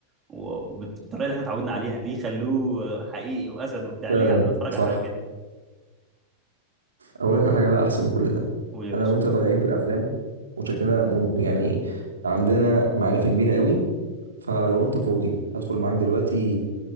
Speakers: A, on the right (about 25°); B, on the right (about 75°).
A: و- وبالطريقه اللي احنا اتعودنا عليها ليه خلوه حقيقي واسد وبتاع
B: فعلا
A: ليه يا عم اتفرج
B: صح
A: على حاجه كده
B: اقول لك على حاجه بقى احسن من كل ده
A: قول يا باشا
B: انا وانت ضايعين في الافلام وشكلنا مم... يعني عندنا معرفه كبيره قوي فلو انت فاضي ادخل معاك دلوقتي